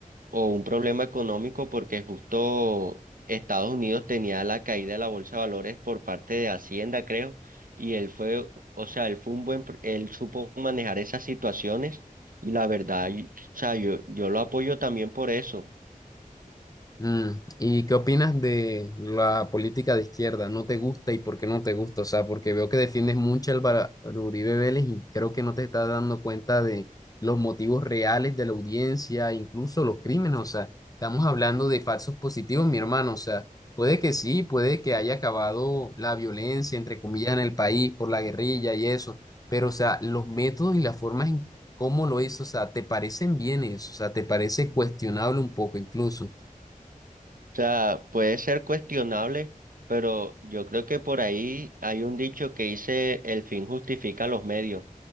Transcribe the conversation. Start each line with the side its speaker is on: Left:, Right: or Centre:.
Right: o un problema económico porque justo Estados Unidos tenía la caída de la bolsa de valores por parte de Hacienda, creo, y él fue, o sea, él fue un buen, pr- él supo manejar esas situaciones y la verdad, y- o sea, yo, yo lo apoyo también por eso.
Left: Mm, ¿Y qué opinas de la política de izquierda? ¿No te gusta y por qué no te gusta? O sea, porque veo que defiendes mucho al Álvaro Uribe Vélez y creo que no te estás dando cuenta de los motivos reales de la audiencia, incluso los crímenes. O sea, estamos hablando de falsos positivos, mi hermano. O sea, puede que sí, puede que haya acabado la violencia, entre comillas, en el país por la guerrilla y eso, pero o sea, los métodos y las formas en cómo lo hizo, o sea, ¿te parecen bienes? O sea, ¿te parece cuestionable un poco incluso?
Right: sea, puede ser cuestionable, pero yo creo que por ahí hay un dicho que dice el fin justifica los medios.